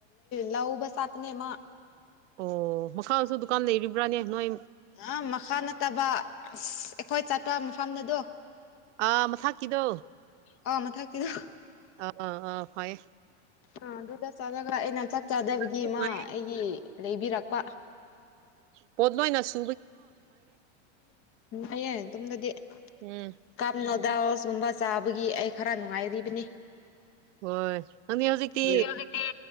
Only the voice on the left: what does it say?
ꯂꯧꯕ ꯆꯥꯇꯅꯦ ꯃꯥ
ꯑ ꯃꯈꯥ ꯅꯠꯇꯕ ꯑꯁ ꯑꯩꯈꯣꯏ ꯆꯠꯄ ꯃꯐꯝꯗꯗꯣ
ꯑ ꯃꯥꯊꯛꯀꯤꯗꯣ
ꯑ ꯗꯗꯥ ꯆ ꯒꯥ ꯌꯦꯅꯥ ꯑꯩꯅ ꯆ ꯆ ꯆꯥꯗꯕꯒꯤ
ꯃꯥ ꯑꯩꯒꯤ ꯂꯩꯕꯤꯔꯛꯄ
ꯎꯝꯌꯦꯡ ꯇꯝꯅꯗꯤ
ꯀꯞ ꯅꯨꯗꯜꯁꯀꯨꯝꯕ ꯆꯥꯕꯒꯤ ꯑꯩ ꯈꯔ ꯅꯨꯡꯉꯥꯏꯔꯤꯕꯅꯤ
ꯑꯗꯨꯗꯤ ꯍꯧꯖꯤꯛꯇꯤ